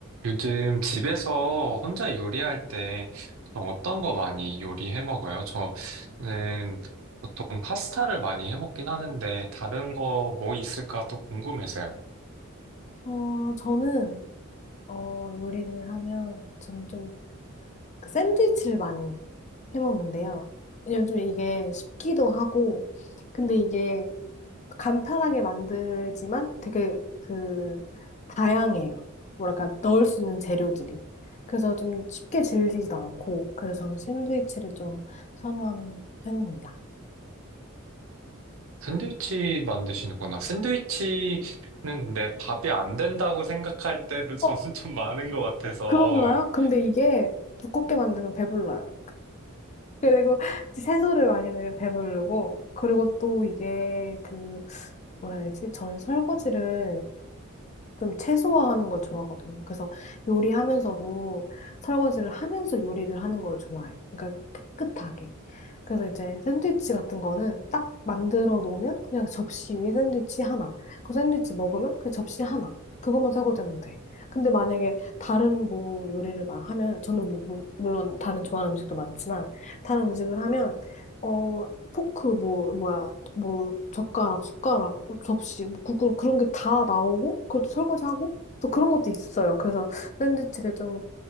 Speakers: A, on the right; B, on the left.
A: 요즘 집에서 혼자 요리할 때 보통 어떤 거 많이 요리해 먹어요? 저는 보통 파스타를 많이 해 먹긴 하는데 다른 거 뭐 있을까 또 궁금해서요.
B: 어, 저는, 어, 요리를 하면, 저는 좀 그 샌드위치를 많이 해 먹는데요. 왜냐면 좀 이게 쉽기도 하고, 근데 이게 간편하게 만들지만 되게 그, 다양해요. 뭐랄까, 넣을 수 있는 재료들이. 그래서 좀 쉽게 질리지도 않고, 그래서 저는 샌드위치를 좀 선호하는 편입니다.
A: 샌드위치 만드시는구나. 샌드위치는 근데 밥이 안 된다고 생각할 때도 저는
B: 어,
A: <laughs> 좀 많은 것 같아서
B: 그런가요? 근데 이게 두껍게 만들면 배불러요. 그리고 채소를 많이 넣으면 배부르고, 그리고 또 이게 그, 뭐라 해야 되지? 저는 설거지를 좀 최소화하는 걸 좋아하거든요. 그래서 요리하면서도 설거지를 하면서 요리를 하는 걸 좋아해요. 그러니까 깨끗하게. 그래서 이제 샌드위치 같은 거는 딱 만들어 놓으면 그냥 접시 위에 샌드위치 하나. 그 샌드위치 먹으면 그 접시 하나. 그것만 설거지하면 돼. 근데 만약에 다른 뭐 요리를 막 하면 저는 뭐, 뭐- 물론 다른 좋아하는 음식도 많지만 다른 음식을 하면 어, 포크 뭐 뭐야 뭐 젓가락 숟가락 접시 뭐 국물 그런 게 다 나오고 그것도 설거지하고 또 그런 것도 있어요. 그래서 샌드위치를 좀